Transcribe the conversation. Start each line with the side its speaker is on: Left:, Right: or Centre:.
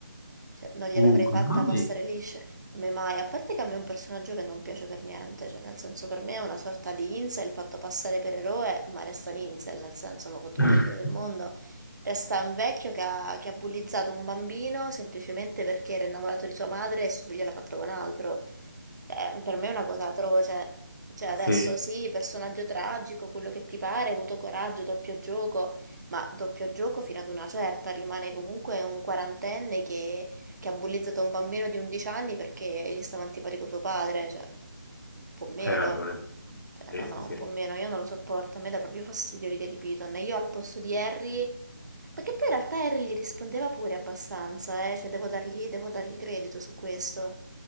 Right: Cioè, non gliel'avrei
Left: Uh, come
Right: fatta
Left: mai?
Right: passare liscia. Come mai? A parte che a me è un personaggio che non piace per niente, cioè nel senso per me è una sorta di incel fatto passare per eroe, ma resta un incel, nel senso, ma con tutte
Left: <laughs>
Right: le bene del mondo, resta un vecchio che ha, che ha bullizzato un bambino semplicemente perché era innamorato di sua madre e suo figlio l'ha fatto con altro. Eh, per me è una cosa atroce. Cioè adesso
Left: Sì,
Right: sì, personaggio tragico, quello che ti pare, ha avuto coraggio, doppio gioco, ma doppio gioco fino ad una certa, rimane comunque un quarantenne che che ha bullizzato un bambino di 11 anni perché gli stava antipatico suo padre, cioè, un po' meno.
Left: c'hai ragione.
Right: Cioè,
Left: Sì,
Right: no,
Left: sì,
Right: no,
Left: sì.
Right: un po' meno, io non lo sopporto, a me dà proprio fastidio l'idea di Piton. E Io al posto di Harry, perché poi in realtà Harry gli rispondeva pure abbastanza, eh, cioè devo dargli, devo dargli credito su questo.